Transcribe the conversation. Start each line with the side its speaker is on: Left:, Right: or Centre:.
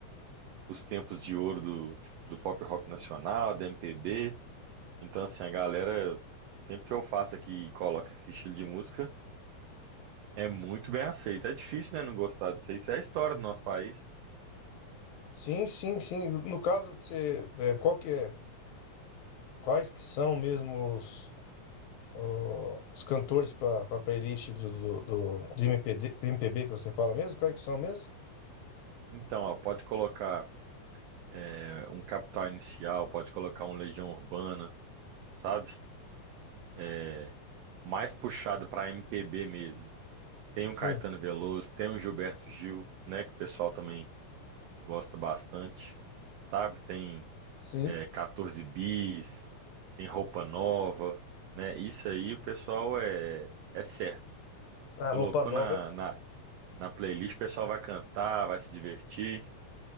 Right: os tempos de ouro do, do pop rock nacional, da MPB. Então, assim, a galera, sempre que eu faço aqui e coloco esse estilo de música, é muito bem aceito. É difícil, né, não gostar disso aí. Isso é a história do nosso país.
Left: Sim, sim, sim. No caso, você, é, qual que é? Quais que são mesmo os... o- os cantores para a playlist do, do, do- de MPD, do MPB que você fala mesmo? Quais que são mesmo?
Right: Então, ó, pode colocar é, um Capital Inicial, pode colocar um Legião Urbana, sabe? É, mais puxado para MPB mesmo. Tem
Left: Sim,
Right: um Caetano Veloso, tem um Gilberto Gil, né, que o pessoal também gosta bastante, sabe? Tem
Left: sim.
Right: é, 14 bis, tem roupa nova, né? Isso aí o pessoal é, é certo. Colocou
Left: A roupa nova,
Right: na, na, na playlist, o pessoal vai cantar, vai se divertir.